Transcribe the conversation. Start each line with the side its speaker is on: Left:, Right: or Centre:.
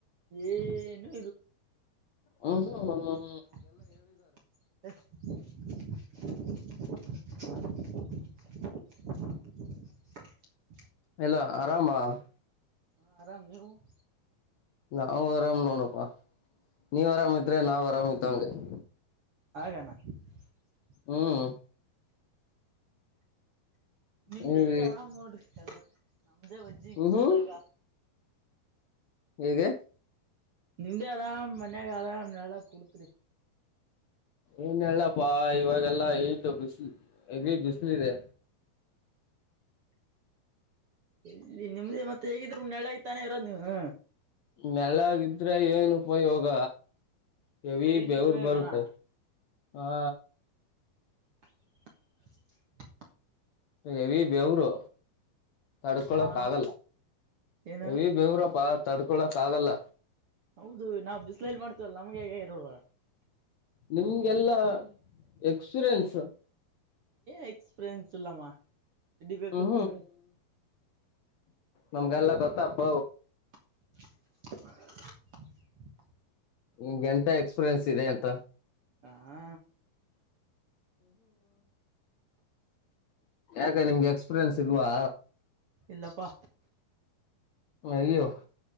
Right: ಏನು
Left: ಹ್ಮ್ಮ್, ಹು. <unintelligible>
Right: ಮತ್ತೆ.. <unintelligible> <unintelligible> <inaudible>
Left: ಹೆಲೋ, ಆರಾಮಾ. <inaudible>
Right: ಹ, ಆರಾಮ್, ನೀವು? <inaudible>
Left: ನಾವು, ಆರಾಮು, ನೋಡಪ್ಪ, ನೀವು ಆರಾಮಿದ್ರೆ ನಾವ್ ಆರಾಮ್ ಇದ್ದಂಗೆ. <inaudible>
Right: ಹಾಗಣ.. <inaudible>
Left: ಹ್ಮ. <inaudible>
Right: ನಿಮ್ದೇ,
Left: ನೀವ್
Right: ಈಗ, ಆರಾಮ್, ನೋಡಿರಿ, ಎಲ್ಲ. <inaudible> ನಮ್ದೇ ವಜ್ಜಗ
Left: ಹ್ಮ್
Right: ಸುಂದಾಗಾ
Left: ಹ್ಮ್ ಹೇಗೆ
Right: ನಿಮ್ದೇ ಆರಾಮ್ ಮನ್ಯಾಗ ಆರಾಮ್ ನಾಳ ಕುಡ್ತ್್ರಿ
Left: ಏನ್ಲ್ಲಪ್ಪಾ ಇವಾಗೆಲ್ಲಾ ಈಟು ಬಿಸಿ್ಲು ಹೆಗ ಬಿಸಿ್ಲ ಇದೆ
Right: ಇಲ್ಲಿ ನಿಮ್ದೇ ಮತ್ತೆ ಹೇಗಿದ್ರು ನಳೆಗ್ ತಾನೇ ಇರೋದು ನೀವನು
Left: ಮೆಲಗಿದ್ರೆ ಏನು ಉಪಯೋಗ ಕೆವಿ
Right: ಏನ್
Left: ಬೆವರ್
Right: ಉಪಯೋಗನಾ
Left: ಬರುತ್ತೆ ಹಾ
Right: <unintelligible>
Left: ಹ ಬೆವರು ತಡ್ಕೊಳಕ್
Right: ಹಾ
Left: ಆಗಲ್ಲ
Right: ಏನು
Left: ಈ ಬೆವರುಪ್ಪ ತಡ್ಕ ಕೊಳಕ್ ಆಗಲ್ಲ
Right: ಹೌದು ನಾವ್ ಬಿಸ್ಲಲ್ಲಿ ಮಾಡ್ತೀವಲ್ಲ ನಮ್ಗೆ ಹೇಗೆ ಇರೋಲ್ವ
Left: ನಿಮ್ಗೆಲ್ಲಾ ಎಕ್ಸ್ಪೀರಿಯೆನ್ಸ್
Right: ಎಕ್ಸ್ಪೀರನ್ಸ ಇಲ್ಲಾಮಾ ಇಡಿಬೇಕತ್ಕ್ರೆ
Left: ಹ್ಮ್ ನಮ್ಗೆ ಎಲ್ಲ ಗೊತ್ತ ಅಪ್ಪ
Right: ಹ
Left: ನಿಮ್ಗೆ ಎಂತ ಎಕ್ಸ್ಪೀರಿಯನ್ಸ್ ಇದೆ ಎಂತ
Right: ಹಾ
Left: ಯಾಕೆ ನಿಮ್ಗೆ ಎಕ್ಸ್ಪೀರಿಯನ್ಸ್ ಇಲ್ವಾ
Right: ಇಲ್ಲಪ್ಪಾ
Left: ಅಯ್ಯೋ